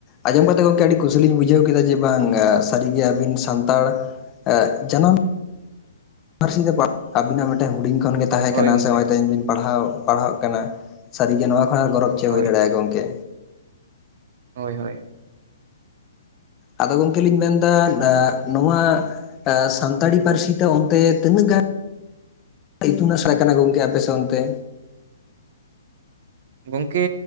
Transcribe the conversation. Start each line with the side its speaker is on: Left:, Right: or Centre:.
Left: ᱟᱸᱡᱚᱢ ᱠᱟᱛᱮᱫ ᱜᱚᱝᱠᱮ ᱟᱹᱰᱤ ᱠᱩᱥᱤᱞᱤᱧ ᱵᱩᱡᱷᱟᱹᱣ ᱠᱮᱫᱟ ᱡᱮ ᱵᱟᱝ ᱥᱟᱹᱨᱤᱜᱮ ᱟᱹᱵᱤᱱ ᱥᱟᱱᱛᱟᱲ ᱡᱟᱱᱟᱢ <inaudible> ᱟᱵᱤᱱᱟᱜ ᱢᱤᱫᱴᱮᱱ ᱦᱩᱰᱤᱧ ᱠᱷᱚᱱᱜᱮ ᱛᱟᱦᱮᱸ
Right: ᱦᱳᱭ
Left: ᱠᱟᱱᱟ
Right: ᱜᱚᱝᱠᱮ
Left: ᱥᱮ ᱱᱚᱜ ᱚᱭ ᱛᱮᱦᱮᱧ ᱵᱤᱱ ᱯᱟᱲᱦᱟᱣ ᱯᱟᱲᱦᱟᱜ ᱠᱟᱱᱟ ᱥᱟᱹᱨᱤᱜᱮ ᱱᱚᱣᱟ ᱠᱷᱚᱱ ᱟᱨ ᱜᱚᱨᱚᱵ ᱪᱮᱫ
Right: ᱦᱳᱭ
Left: ᱦᱩᱭ ᱫᱟᱲᱮᱭᱟᱜᱼᱟ ᱜᱚᱝᱠᱮ
Right: ᱦᱳᱭ ᱦᱳᱭ
Left: ᱟᱫᱚ ᱜᱚᱢᱠᱮ ᱞᱤᱧ ᱢᱮᱱᱫᱟ ᱮᱻ ᱱᱚᱶᱟ ᱥᱟᱱᱛᱟᱲᱤ ᱯᱟᱹᱨᱥᱤ ᱛᱮ ᱚᱱᱛᱮ ᱛᱤᱱᱟᱹᱜ ᱜᱟᱱ? ᱤᱛᱩᱱ ᱟᱥᱲᱟ ᱠᱟᱱᱟ ᱜᱚᱝᱠᱮ ᱟᱯᱮ ᱥᱮ ᱚᱱᱛᱮ
Right: ᱜᱚᱢᱠᱮ